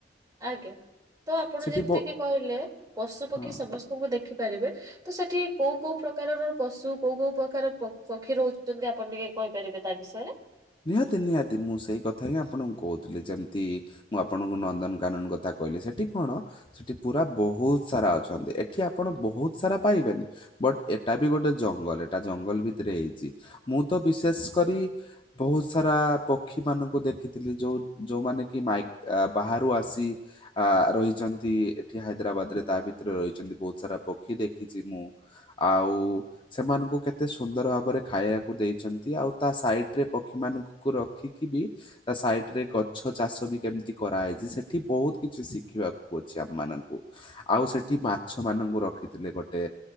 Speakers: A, on the right; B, on the left.
A: ଆଜ୍ଞା। ତ ଆପଣ
B: ସେଠି
A: ଯେମିତି
B: ବ-
A: କିି କହିଲେ, ପଶୁ, ପକ୍ଷୀ,
B: ହଁ
A: ସମସ୍ତଙ୍କୁ ଦେଖିପାରିବେ। ତ ସେଠି କୋଉ କୋଉ ପ୍ରକାରର ପଶୁ?? କୋଉ କୋଉ ପ୍ରକାର ପକ୍ଷୀ ରହୁଛନ୍ତି? ଆପଣ ଟିକେ କହିପାରିବେ, ତା ବିଷୟରେ।
B: ନିହାତି, ନିହାତି ମୁଁ ସେଇ କଥା ହିଁ ଆପଣଙ୍କୁ କହୁଥିଲି ଯେମିତି। ମୁଁ ଆପଣଙ୍କୁ ନନ୍ଦନ୍ କାନନ କଥା କହିଲି, ସେଠି କଣ? ସେଠି ପୁରା ବହୁତ ସାରା ଅଛନ୍ତି। ଏଠି ଆପଣ ବହୁତ ସାରା ପାଇବେନି। ବଟ୍ ଏଟା ବି ଗୋଟେ ଜଙ୍ଗଲ୍, ଏଟା ଜଙ୍ଗଲ୍ ଭିତରେ ହେଇଛି। ମୁଁ ତ ବିଶେଷ କରି। ବହୁତ୍ ସାରା ଆ ପକ୍ଷୀ ମାନଙ୍କୁ ଦେଖିଥିଲି, ଯୋଉ ଯୋଉମାନେ କି ମାଇକ୍ ବାହାରୁ ଆସି ଆ ରହିଛନ୍ତି। ଏଠି ହାଇଦ୍ରାବାଦ ରେ ତା ଭିତରେ ରହିଛନ୍ତି ବହୁତ୍ ସାରା ପ ଖି ଦେଖିଛି ମୁଁ, ଆଉ ସେମାନଙ୍କୁ କେତେ ସୁନ୍ଦର ଭାବରେ ଖାଇବାକୁ ଦେଇଛନ୍ତି, ଆଉ ତା ସାଇଟ୍ ରେ ପକ୍ଷୀ ମାନ ନ୍କଙ୍କୁ ରଖିକି ବି ତା ସାଇଡ୍ ରେ ଗଛ ଚାଷ ବି କେମ୍ତି କରାହେଇଛି, ସେଠି ବହୁତ୍ କିଛି ଶିଖିବାକୁ ଅଛି, ଆମ ମାନଙ୍କୁ। ଆଉ ସେଠି ମାଛ ମାନଙ୍କୁ ରଖିଥିଲେ ଗୋଟେ